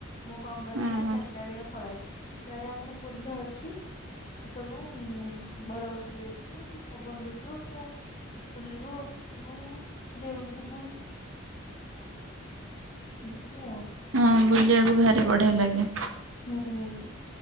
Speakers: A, on the left (about 40°); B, on the right (about 85°).
A: ମୁଁ କଣ କରେ
B: ହଁ
A: ନା ଚାରିଟା ଅଳିଆ ପଳାଏ ସିଆଡ଼େ ଆମର ପୋଲ ଅଛି ସବୁ ଉ ବରଗଛ ବି ଅଛି ପବନ ଦଉଥିବ ପୁରା ବୁଲିବୁ ଗପୁଥିବୁ ଡେଉଁଥିବୁ ଏମତି ଆଉ।
B: ହଁ ବୁଲିବାକୁ ଭାରି ବଢିଆ ଲାଗେ।
A: ହୁଁ।